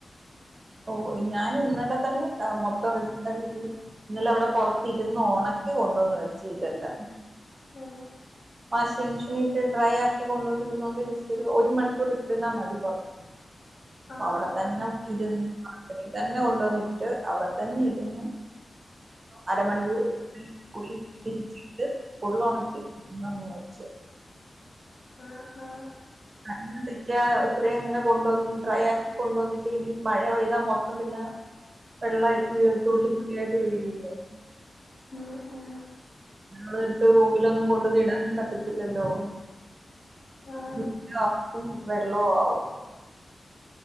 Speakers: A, on the right; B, on the left.
A: ഓഹ ഞാൻ ഇന്നലെ തന്നെ മൊത്തം എ <unintelligible> ഇന്നല അവിടെ പൊറത്തിരുന്ന് ഒണക്കി കൊണ്ടുവന്ന് വെച്ച് ഇതെല്ലാം
B: ഉം
A: വാഷിംഗ് മെഷീൻ ഇട്ട് ഡ്രൈ ആക്കി കൊണ്ടുവന്നിടുന്നോണ്ട് ജസ്റ്റ് ഒരു മണിക്കൂർ ഇട്ടിരുന്നാൽ മതി പൊറ
B: <inaudible>
A: അപ്പ
B: ആഹ്
A: അവിടെ
B: ആഹ്
A: തന്നെ ഇരുന്ന് അവിട തന്നെ കൊണ്ടുവന്നിട്ട് അവിടെ തന്നെ ഇരുന്ന് അരമണിക്കൂർ കൂടി തിരിച്ചിട്ട് ഫുള്ള് ഒണക്കി <unintelligible> വരിച്ച
B: ആഹ് ആഹ്
A: കണ്ണ് തെറ്റിയാ ഇത്രയും ഇങ്ങനെ കൊണ്ടുവന്ന് ഡ്രൈ ആക്കി കൊണ്ട് വന്നിട്ട് ഇനി മഴ പെയ്താ മൊത്തം പിന്നെ വെള്ളയി തുള്ളി തുള്ളിയായിട്ട് വീഴില്ലേ
B: ഉം ഉം
A: അതെടുത്ത് റൂമിലൊന്നും കൊണ്ടന്ന് ഇടാനും പറ്റത്തില്ലല്ലോ
B: ആഹ്
A: <unintelligible> ആവും വെള്ളവും ആവും